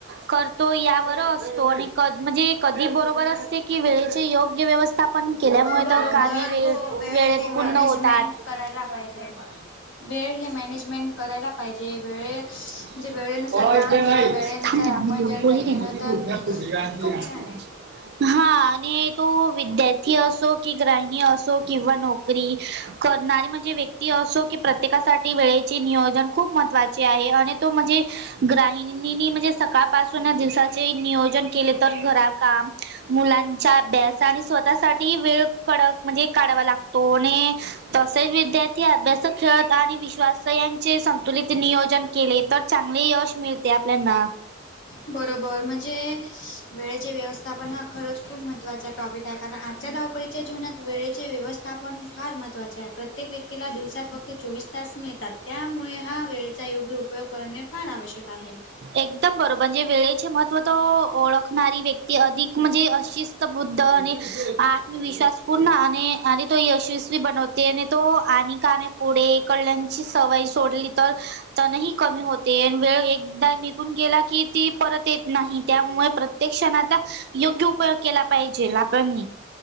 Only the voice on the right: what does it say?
करतो यावर असतो. आणि क म्हणजे कधी बरोबर असते की वेळेचे योग्य व्यवस्थापन केल्यामुळे,
तर काम वेळ
वेळेत
पूर्ण होतात.
<inaudible>
<unintelligible>
हा, आणि तो विद्यार्थी असो, कि ग्राहिणी असो किंवा नो करी, करणारी म्हणजे व्यक्ती असो की प्रत्येकासाठी वेळेची नियोजन खूप महत्त्वाचे आहे. आणि तो म्हणजे ग्राहिणीनी म्हणजे सकाळपासून दिवसाचे नियोजन केले तर घरा काम मुलांच्या अभ्यास, आणि स्वतःसाठी वेळ कडक म्हणजे काढावा लागतो आणि तसेच विद्यार्थी अभ्यास खेळत आणि विश्वास यांचे संतुलित नियोजन केले तर चांगले यश मिळते. ते आपल्याना.
एकदम बरोबर म्हणजे वेळेचे महत्त्व तर ओळखणारी व्यक्ती अधिक म्हणजे अशीच. बुद्ध आणि आत्मविश्वास पूर्ण आणि आणि तो यशस्वी बनवते आणिते हो आणि का आम्ही पुढे कडल्यांची सवय सोडली तर तणही कमी होते वेळ एकदा निघून गेला की ती परत येत नाही त्यामुळे प्र त्या क्षणांचा योग्य उपयोग केला पाहिजे आपणनी.